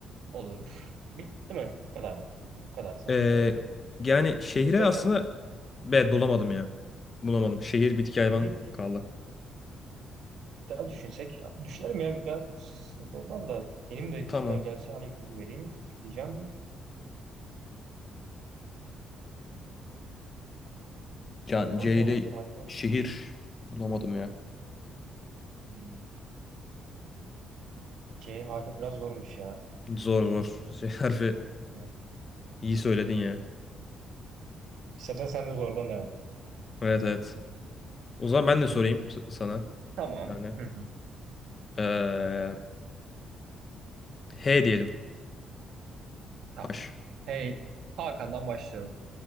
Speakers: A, on the right; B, on the left.
A: Olur. Bitti mi? Bu kadar mıydı? Bu kadar sandım
B: ee,
A: değil mi?
B: yani şehre
A: İstersen
B: aslında
A: bir
B: evet bulamadım ya. Bulamadım. Şehir bitki hayvan
A: şehir
B: kaldı.
A: daha düşünsek. Düşünelim ya biraz sıkıntı olmaz da. Benim de
B: Tamam.
A: cidden gelse hani ipucu vereyim diyeceğim.
B: Yani
A: Hayvan
B: C
A: ne
B: ile
A: olabilir hayvan?
B: şehir bulamadım ya.
A: Hmm, C harfi biraz zormuş ya.
B: Zor zor. Şey, <laughs> harfi
A: Evet.
B: iyi söyledin ya.
A: İstersen sen de zorlan devam et.
B: Evet evet. O zaman
A: Tamam.
B: ben de sorayım s- sana.
A: Tamam.
B: Yani.
A: Hı hı.
B: Ee, H diyelim.
A: Tamam.
B: H.
A: Hey, Hakan'dan başlıyorum.